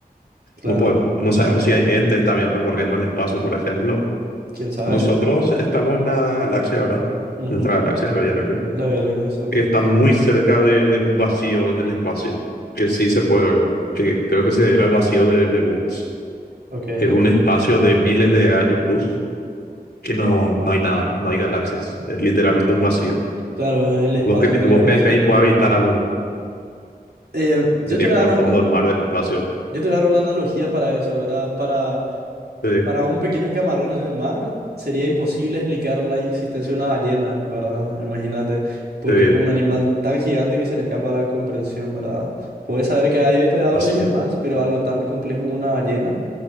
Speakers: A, on the right (about 75°); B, on the left (about 80°).
A: Claro,
B: No, puede-
A: claro.
B: no sabemos si hay entes también recorriendo el espacio, por ejemplo.
A: ¿Quién sabe?
B: Nosotros estamos en la galaxia, ¿verdad?
A: Ujú.
B: Nuestra galaxia, la Vía Láctea.
A: La Vía Láctea, exacto.
B: que está muy cerca de, de un vacío en el espacio, que sí se puede ver, que creo que se era el vacío de, de Bones.
A: Ok, entiendo.
B: Es un espacio de miles de años luz que no, no hay nada, no hay galaxias. Es literalmente un vacío.
A: Claro, es el espacio
B: ¿Vos, cre-
A: entre
B: vos
A: galaxias.
B: crees que ahí puede habitar algo?
A: Eh, yo
B: Sería
A: te voy
B: como
A: a dar
B: el fondo
A: una,
B: del mar del espacio.
A: yo te voy a dar una analogía para eso, ¿verdad? Para,
B: Sí,
A: para un pequeño camarón en el mar sería imposible explicar la existencia de una ballena, ¿verdad? Imagínate, porque
B: sí,
A: es un animal tan gigante que se le escapa la comprensión, ¿verdad? Puedes saber que hay depredadores
B: así,
A: y demás, pero algo tan complejo como una ballena,